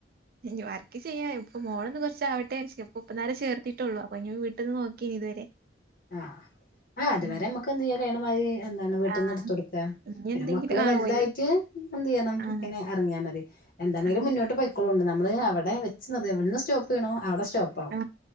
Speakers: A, on the right; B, on the left.
A: ഇനി വർക്ക ക്ക് ചെയ്യാം ഇപ്പം മോളൊന്ന് കുറച്ച് ആവട്ടേ വിജാര്ച്ച്ക്ക ഇപ്പം ഇപ്പന്നാരെ ചേർത്തിട്ടുള്ളൂ അപ്പൊ ഇനി വീട്ടിന്ന് നോക്കേനി ഇതുവരെ
B: ആ ആ അതുവരെ
A: ഉം.
B: നമ്മുക്ക് എന്തെയ്യ <unintelligible> <unintelligible> എന്താണ് വീട്ടിന്ന്
A: ആ
B: എടുത്തു കൊടുക്ക
A: ഇനി
B: പിന്നെ
A: എന്തെങ്കിലും
B: മക്കള്
A: ആ
B: വലുതായിട്ട്
A: ഒയ്
B: എന്ത് ചെയ്യണം
A: ആ
B: അയ് എറങ്ങിയാ മതി എന്താണങ്കിലും
A: ആ
B: മുന്നോട്ട് പൊയ്ക്കൊളോണ്ട് നമ്മള് എവിടെ വെച്ച്ന്നത് എവിട്ന്ന് സ്റ്റോപ്പ് ചെയ്യണോ അവിടെ സ്റ്റോപ്പ് ആവും
A: ആ